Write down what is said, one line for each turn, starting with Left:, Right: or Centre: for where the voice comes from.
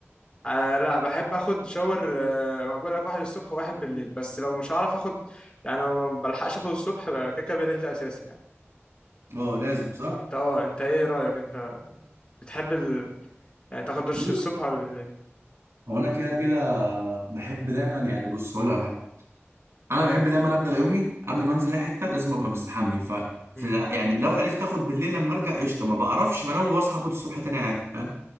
Left: آه لا بحب اخد شاور آه ما بقول لك واحد الصبح وواحد بالليل بس لو مش هعرف اخد يعني لو ما بلحقش اخد الصبح بقى كده كده بالليل ده اساسي يعني
Right: اه لازم صح
Left: انت اه انت ايه رايك انت بتحب ال... يعني تاخد دش
Right: بص
Left: الصبح ولا بالليل
Right: هو انا كده كده بحب دايما يعني بص هقول لك على حاجه انا بحب دايما ابدا يومي قبل ما انزل اي حته لازم ابقى مستحمي ف في
Left: مم.
Right: يعني لو عرفت اخد بالليل لما ارجع قشطه ما بعرفش بنام وبصحى اخد الصبح تاني عادي فاهم